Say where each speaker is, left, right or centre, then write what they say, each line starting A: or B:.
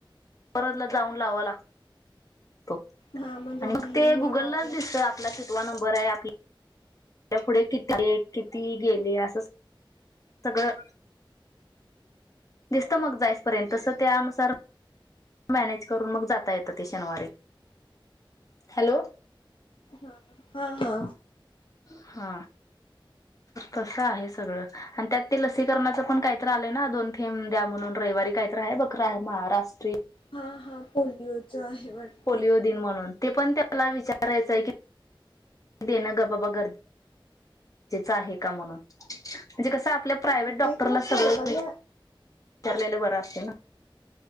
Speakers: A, on the left; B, on the left.
A: परतला जाऊन लावा लागत हो
B: हा म्हणजे
A: आणि
B: ऑनलाईन
A: मग ते
B: लावावा
A: गुगललाच
B: लागतो
A: दिसत आपला किितवा नंबर आहे आपला त्या पुढे किती किती गेले असं सगळं दिसतं मग जायसपर्यंत तसं त्यानुसार मॅनेज करून मग जाता येतं ते शनिवारी हॅलो
B: हा हा
A: हा तस आहे सगळं आणि त्यात ते लसीकरणाच पण काहीत आलंय ना दोन थेम द्या म्हणून रविवारी काहीत आहे बघ महाराष्ट्रीय
B: हा हा पोलिओच आहे वाटत
A: पोलिओ दिन म्हणून ते पण त्याला विचारायचंय की देणं ग बाबा गरजजेचं आहे का म्हणून म्हणजे कसं आपल्या प्रायव्हेट डॉक्टरला
B: ते काय सरकारी
A: सगळं विचारलेलं बरं असते ना